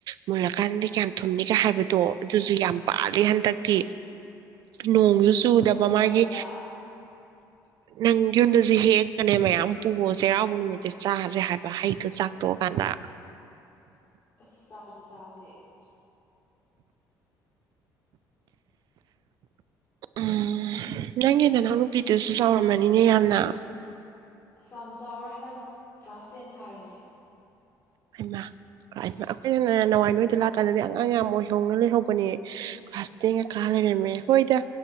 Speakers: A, on the right; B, on the left.
A: ꯃꯨꯜꯂꯀꯥꯟꯗ ꯀꯌꯥꯝ ꯊꯨꯝꯅꯤꯒꯦ ꯍꯥꯏꯕꯗꯣ ꯑꯗꯨꯁꯨ ꯌꯥꯝ ꯄꯥꯜꯂꯦ ꯍꯟꯗꯛꯇꯤ ꯅꯣꯡꯁꯨ
B: ꯑꯁ
A: ꯆꯨꯗꯕ
B: ꯌꯥꯝ
A: ꯃꯥꯒꯤ
B: ꯐꯔꯦꯗ
A: ꯅꯪ ꯌꯨꯝꯗꯁꯨ ꯍꯦꯛꯀꯅꯦ ꯃꯌꯥꯝ ꯄꯨꯒꯣ ꯆꯩꯔꯥꯎꯕ ꯅꯨꯃꯤꯠꯇ ꯆꯥꯁꯦ ꯍꯥꯏꯕ ꯍꯩꯗꯣ ꯆꯥꯛꯇꯣꯛꯑꯀꯥꯟꯗ
B: ꯑꯁ ꯆꯥꯖꯦ ꯆꯥꯖꯦ ꯆꯥ
A: ꯎꯝ ꯅꯪꯒꯤ ꯅꯅꯥꯎꯅꯨꯄꯤꯗꯨꯁꯨ ꯆꯥꯎꯔꯝꯃꯅꯤꯅꯦ ꯌꯥꯝꯅ
B: ꯑꯁ ꯌꯥꯝ ꯆꯥꯎꯔꯦ ꯍꯟꯗꯛ ꯀ꯭ꯂꯥꯁ ꯇꯦꯟ ꯊꯥꯔꯤꯅꯦ
A: ꯍꯩ ꯃꯥ ꯑꯩꯈꯣꯏꯅ ꯅꯥꯟꯋꯥꯏ ꯅꯣꯏꯗ ꯂꯥꯛꯀꯥꯟꯗꯗꯤ ꯑꯉꯥꯡ ꯌꯥꯝ ꯑꯣꯏꯍꯧꯅ ꯂꯩꯍꯧꯕꯅꯦ ꯀꯂ꯭ꯥꯁ ꯇꯦꯟ ꯒ
B: ꯎꯝ
A: ꯀꯥꯔ ꯂꯩꯔꯝꯃꯦ ꯍꯣꯏꯗ